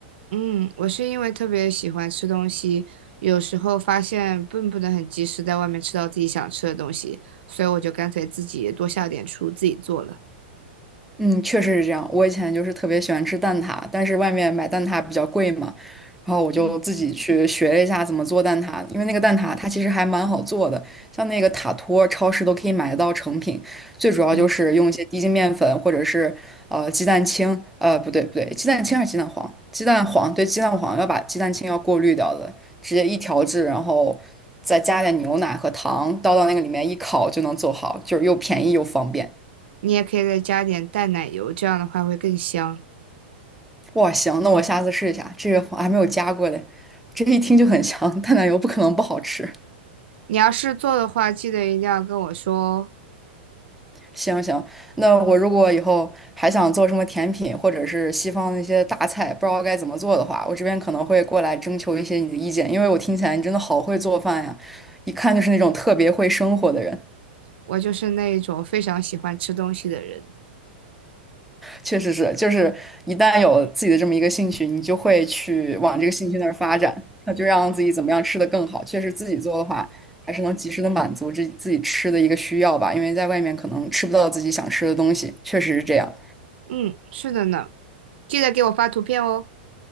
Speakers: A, on the right; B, in the centre.
A: 嗯，我是因为特别喜欢吃东西，有时候发现并不能很及时在外面吃到自己想吃的东西，所以我就干脆自己多下点厨，自己做了。
B: 嗯，确实是这样。我以前就是特别喜欢吃蛋挞，但是外面买蛋挞比较贵嘛，然后我就自己去学了一下怎么做蛋挞。
A: 嗯。
B: 因为那个蛋挞它其实还蛮好做的，像那个塔托，超市都可以买得到成品。最主要就是用一些低筋面粉或者是呃鸡蛋清，
A: 对，
B: 呃不对不对，鸡蛋清还是鸡蛋黄？鸡蛋黄对，鸡蛋黄要把鸡蛋清要过滤掉的，直接一调制，然后再加点牛奶和糖，倒到那个里面一烤就能做好，就是又便宜又方便。
A: 你也可以再加点淡奶油，这样的话会更香。
B: 哇，行，那我下次试一下，这个我还没有加过嘞，这一听就很香，<laughs> 淡奶油不可能不好吃。
A: 你要是做的话，记得一定要跟我说哦，
B: 行行，那我如果以后还想做什么甜品，或者是西方那些大菜，不知道该怎么做的话，我这边可能会过来征求一些你的意见，因为我听起来你真的好会做饭呀，一看就是那种特别会生活的人。
A: 我就是那种非常喜欢吃东西的人。
B: 确实是，就是一旦有自己的这么一个兴趣，你就会去往这个兴趣那儿发展，那就让自己怎么样吃得更好。确实自己做的话，还是能及时的满足自己自己吃的一个需要吧，因为在外面可能吃不到自己想吃的东西，确实是这样。
A: 嗯，是的呢，记得给我发图片哦。